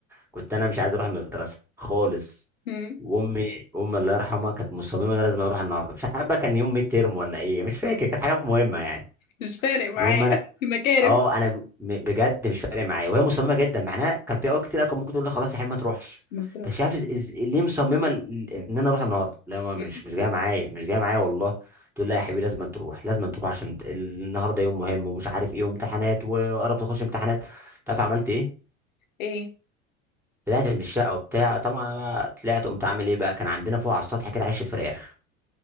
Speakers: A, in the centre; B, on the left.
A: كنت انا مش عايز اروح المدرسه خالص
B: مم.
A: وامي امي الله يرحمها كانت مصممه ان انا لازم اروح النهارده مش عارف بقى كان يوم ميد تيرم ولا ايه مش فاكر كانت حاجه مهمه يعني
B: مش فارق معايا
A: المهم انا
B: <laughs> مكارف
A: اه انا ب- بجد مش فارق معايا وهي مصممه جدا معناها كان في اوقات كتير أوي كان ممكن تقول لي خلاص يا حبيبي ما تروحش
B: مطروح
A: بس مش عارف إز... إز... ليه مصممه ل- ان انا اروح النهارده لا ما مش
B: مم.
A: مش جايه معايا مش جايه معايا والله تقول لي لا يا حبيبي لازم تروح لازم تروح عشان النهارده يوم مهم ومش عارف ايه وامتحانات وقربت تخش امتحانات تعرف عملت ايه
B: ايه
A: طلعت من الشقه وبتاع طبعا انا طلعت قمت عامل ايه بقى كان عندنا فوق على السطح كده عشه فراخ